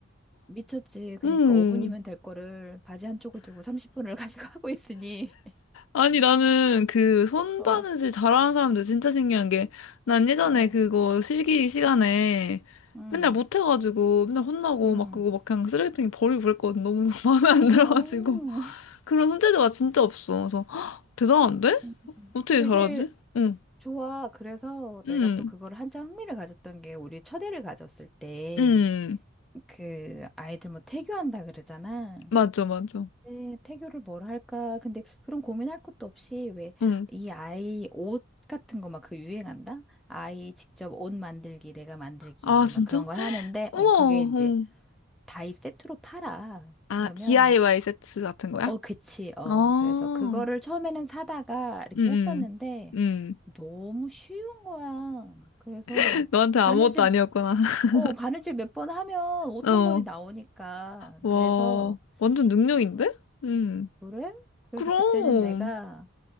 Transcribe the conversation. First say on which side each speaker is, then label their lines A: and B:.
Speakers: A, in the centre; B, on the left.
A: 미쳤지. 그러니까
B: 응.
A: 5분이면 될 거를 바지 한쪽을 들고 30분을 <laughs> 가지고 하고 있으니. <laughs>
B: 아니, 나는 그 손바느질
A: 어,
B: 잘하는 사람들 진짜 신기한 게, 난 예전에
A: 어.
B: 그거 실기 시간에
A: 음,
B: 맨날 못해가지고 맨날 혼나고
A: 음.
B: 막 그거 막 그냥 쓰레기통에 버리고 그랬거든. 너무 <laughs> 마음에 안
A: 어,
B: 들어가지고. 그런 손재주가 진짜 없어. 그래서, "헉, 대단한데?
A: <laughs>
B: 어떻게
A: 되게
B: 잘하지? 응,
A: 좋아. 그래서 내가
B: 응,
A: 또 그걸 한참 흥미를 가졌던 게 우리 첫애를 가졌을 때
B: 응.
A: 그 아이들 뭐 태교한다 그러잖아.
B: 맞아, 맞아.
A: 네, 태교를 뭘 할까? 근데 그런 고민할 것도 없이 왜
B: 응.
A: 이 아이 옷 같은 거 막 그 유행한다? 아이 직접 옷 만들기, 내가 만들기
B: 아, 진짜?
A: 막 그런 걸 하는데
B: 우와,
A: 어 그게 이제
B: 응.
A: 다이 세트로 팔아.
B: 아,
A: 그러면
B: DIY 세트 같은 거야?
A: 어, 그치. 어,
B: 아,
A: 그래서 그거를 처음에는 사다가 이렇게
B: 응,
A: 했었는데
B: 응, 응.
A: 너무 쉬운 거야. 그래서
B: <laughs> 너한테 아무것도
A: 바느질,
B: 아니었구나. <laughs>
A: 어, 바느질 몇 번 하면 옷
B: 어.
A: 한 벌이 나오니까.
B: 와,
A: 그래서
B: 완전 능력인데?
A: 그,
B: 음.
A: 그래? 그래서
B: 그럼.
A: 그때는 내가